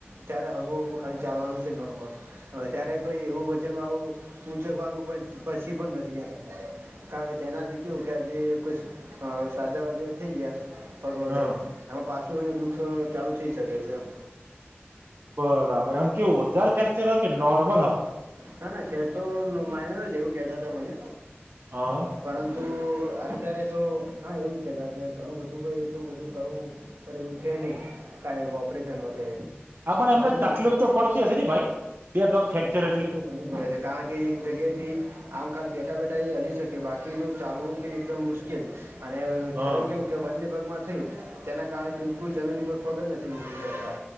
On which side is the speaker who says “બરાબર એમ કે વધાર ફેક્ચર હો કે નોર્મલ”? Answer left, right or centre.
Right